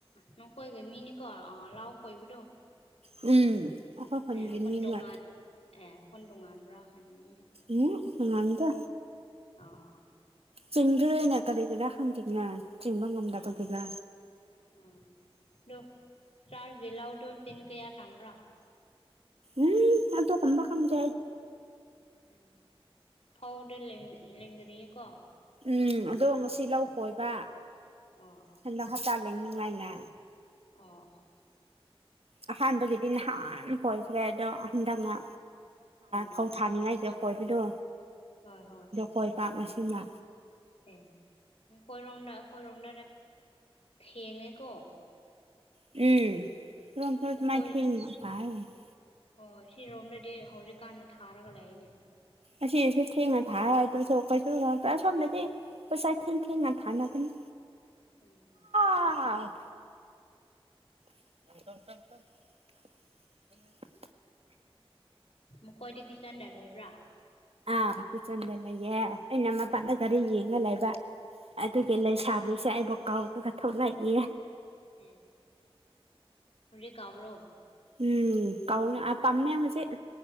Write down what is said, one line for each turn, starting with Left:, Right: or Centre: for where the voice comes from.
Left: ꯅꯪ ꯀꯣꯏꯒ ꯃꯤꯅꯤꯀꯣ ꯑ ꯂꯥꯎ ꯈꯣꯏꯕꯗꯣ
Right: ꯎꯝ ꯑꯩꯈꯣꯏ ꯈꯨꯟꯒꯤ
Left: ꯑꯦ ꯍꯟꯗꯣꯡ
Right: ꯃꯤꯅ
Left: ꯑꯦ ꯍꯟꯗꯣꯛ ꯑꯝꯕ꯭ꯔꯥꯍꯥꯟꯅꯤ
Right: ꯎꯝ ꯉꯝꯗꯦ
Left: ꯑ
Right: ꯆꯤꯡꯗꯣꯏꯅꯦ ꯀꯔꯤꯒꯤꯔꯥ ꯍꯪꯖꯤꯡꯉ ꯆꯤꯡꯕ ꯉꯝꯗꯕꯒꯤꯗꯥ
Left: ꯑꯦ ꯑꯣ ꯑꯗꯨꯗꯣ ꯆꯥꯛ ꯂꯥꯎꯗꯣ ꯇꯤꯟ ꯀꯌꯥ ꯁꯪꯕ꯭ꯔꯥ
Right: ꯎꯝ ꯑꯗꯣ ꯀꯣꯟꯕꯥ ꯀꯝꯗ
Left: ꯎꯝ ꯐꯧꯗꯨ ꯂꯦꯡꯗ꯭ꯔꯤꯌꯦꯀꯣ
Right: ꯎꯝ ꯑꯗꯣ ꯉꯁꯤ ꯂꯧ ꯀꯣꯏꯕ
Left: ꯑꯝ
Right: ꯍꯟꯗꯛ ꯍꯞꯇꯥ ꯂꯦꯡꯅꯤꯡꯉꯥꯏꯅ
Left: ꯑꯣ ꯑꯣ
Right: ꯑꯥꯁꯥꯟꯕ ꯉꯍꯟꯅ ꯀꯣꯏꯔꯦ
Left: ꯑꯣ
Right: ꯐꯧ
Left: ꯑꯣ
Right: ꯊꯥꯅꯤꯡꯉꯥꯏꯒꯤ ꯍꯣꯏꯕꯗꯣ
Left: ꯍꯣꯏ ꯍꯣꯏ
Right: ꯀꯣꯏ ꯄꯥꯛ ꯑꯁꯤꯅ
Left: ꯑꯦ ꯍꯣꯏꯔꯣꯝꯗ ꯍꯣꯏꯔꯣꯝꯗꯗ ꯊꯦꯡꯉꯦꯀꯣ
Right: ꯎꯝ <unintelligible>
Left: ꯑꯩꯈꯣꯏ ꯑꯣ ꯁꯤꯔꯣꯝꯗꯗꯤ ꯍꯧꯖꯤꯛꯀꯥꯟꯗ ꯊꯥꯔꯒ ꯂꯩꯅꯦ
Right: ꯑꯁꯤꯁꯨ ꯊꯦꯡꯅ ꯊꯥ ꯑꯗꯨꯁꯨ ꯀꯩꯁꯨꯁꯣꯝꯗꯗꯤ ꯄꯩꯁꯥ ꯊꯦꯡ ꯊꯦꯡꯉꯥ ꯊꯅꯗꯅꯤ
Left: ꯎꯝ
Right: ꯑꯍꯥ <unintelligible>
Left: ꯃꯈꯣꯏꯗꯤ ꯀꯤꯆꯟꯗ ꯂꯩꯕ꯭ꯔꯥ
Right: ꯑꯥ ꯀꯤꯠꯆꯟꯗ ꯂꯩꯌꯦ ꯑꯩꯅ ꯃꯄꯥꯟꯗ
Left: ꯑꯦ
Right: ꯈꯔ ꯌꯦꯡꯉ ꯂꯩꯕ ꯑꯗꯨꯒꯤ
Left: ꯑ ꯑ
Right: ꯂꯩꯁꯥꯃꯤꯁꯦ ꯑꯩꯕꯨ ꯀꯥꯎꯗꯒ ꯊꯣꯛꯂꯛꯏ
Left: ꯑꯦ ꯍꯔ ꯀꯥꯕ꯭ꯔꯣ
Right: ꯎꯝ ꯀꯥꯎꯅ ꯑ ꯄꯥꯝꯃꯦ ꯍꯧꯖꯤꯛ